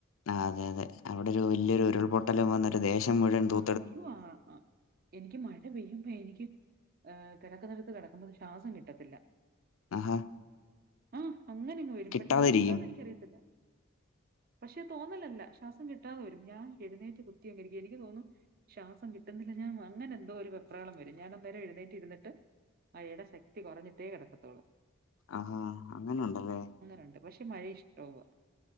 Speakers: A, on the left; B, on the right.
A: ആഹ് അതെ അതെ അവിടെ ഒരു വല്ല്യൊരു ഉരുൾപൊട്ടല് വന്നൊരു ദേശം മുഴുവൻ തൂ
B: ആ അയ്യോ ആഹ ആഹഎനിക്ക് മഴ പെയ്യുമ്പൊ എനിക്ക് ഏഹ് കിടക്കുന്നടത്ത് കിടക്കുമ്പൊ ഒരു ശാസം കിട്ടത്തില്ല
A: ആഹാ
B: ആഹ് അങ്ങനെങ്ങ് വരും
A: കിട്ടാതിരിക്കും
B: പെട്ടെന്ന് എന്താന്ന് എനിക്കറിയത്തില്ല പക്ഷെ തോന്നലല്ല ശ്വാസം കിട്ടാതെ വരും. ഞാൻ എഴുന്നേറ്റ് കുത്തി അങ്ങിരിക്കും എനി ക്ക് തോന്നും ശ്വാസം കിട്ടുന്നില്ല ഞാൻ അങ്ങനെ എന്തോ ഒരു വെപ്രാളം വരും. ഞാനന്തായാലും എഴുന്നേറ്റിരിന്നിട്ട് മഴയ്ടെ ശക്തി കൊറഞ്ഞിട്ടേ കിടക്കത്തൊള്ളൂ
A: ആഹാ അങ്ങനെ ഉണ്ടല്ലേ
B: അങ്ങനെണ്ട് പക്ഷെ മഴ ഇഷ്ടവാ